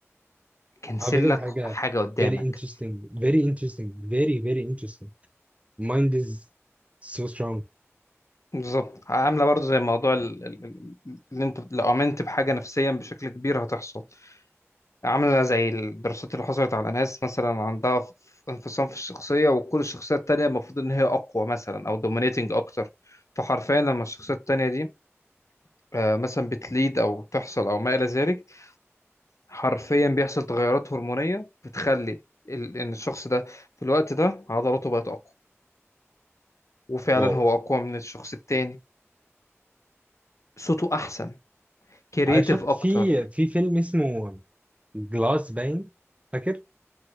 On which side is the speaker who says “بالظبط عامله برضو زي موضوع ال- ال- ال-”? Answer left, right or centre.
Left